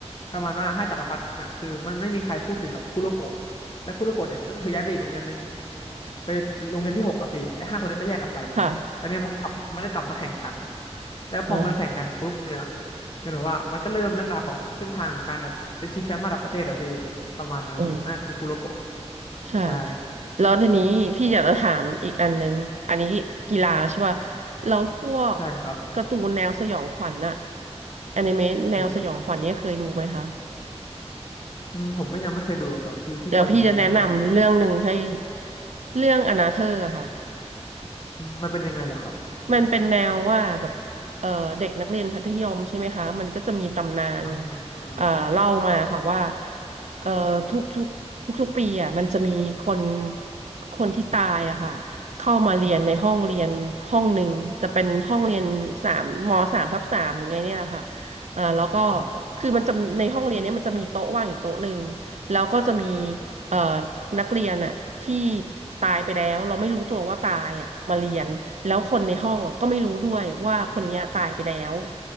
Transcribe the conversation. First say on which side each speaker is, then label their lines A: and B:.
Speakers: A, on the left; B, on the right.
A: ประมาณว่าห้าจักรพรรดิอะคือมันไม่มีใครพูดถึงกับคุโรโกะและคุโรโกะเนี่ยก็คือย้ายไปอีกโรงเรียนหนึ่งไปโรงเรียนที่หกอะพี่ไอ้ห้าคนนั้นก็แยกกันไปหมดเลยแล้วเนี่ยมันก็กลับมันก็กลับมาแข่งกัน
B: ค่ะ
A: แล้วพอมันแข่งกันปุ๊บเนี่ย
B: อ๋อ
A: ก็เหมือนว่ามันก็เริ่มเรื่องราวของเส้นทางของการแบบเป็นชิงแชมป์ระดับประเทศอะพี่ประมาณนั้นอะนั่นคือคุโรโกะ
B: อ๋อค่ะ
A: ใช่
B: แล้วทีนี้พี่อยากจะถามอีกอันนึงอันนี้กีฬาใช่ป่ะแล้วพวก
A: ใช่ครับ
B: การ์ตูนแนวสยองขวัญอะอนิเมะแนวสยองขวัญเนี่ยเคยดูไหมคะ
A: โหอืมผมก็ยังไม่เคยดูอะครับพี่พี่พอจะมีแนะนำผมเปล่า
B: เดี๋ยวพี่จะแนะนำเรื่องหนึ่งให้ เรื่องอนาเธอร์อะค่ะ
A: อืมมันเป็นยังไงเหรอครับ
B: มันเป็นแนวว่าแบบเอ่อเด็กนักเรียนมัธยมใช่ไหมคะมันก็จะมีตำนาน
A: อ่า
B: เอ่อเล่ามาค่ะว่าเอ่อทุกทุกทุกทุกๆปีอ่ะมันจะมีคนคนที่ตายอะค่ะเข้ามาเรียนในห้องเรียนห้องหนึ่งจะเป็นห้องเรียนสามมสามทับสามหรือไงเนี่ยแหละค่ะเอ่อแล้วก็
A: อ๋อ
B: คือมันจะในห้องเรียนเนี้ยมันจะมีโต๊ะว่างอยู่โต๊ะหนึ่งแล้วก็จะมีเอ่อนักเรียนอะที่ตายไปแล้วเราไม่รู้ตัวว่าตายอะมาเรียน แล้วคนในห้องอะก็ไม่รู้ด้วยว่าคนเนี้ยตายไปแล้ว